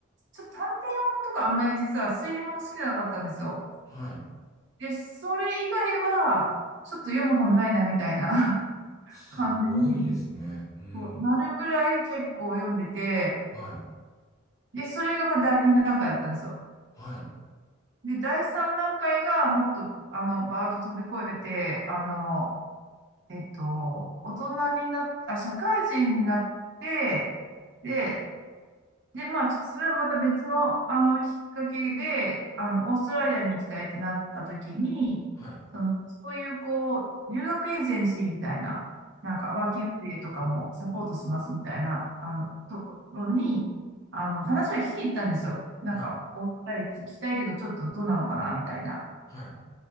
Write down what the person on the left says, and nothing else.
はい。
すごいですね。
うん。
はい。
はい。
はい。
はい。
はい。
はい。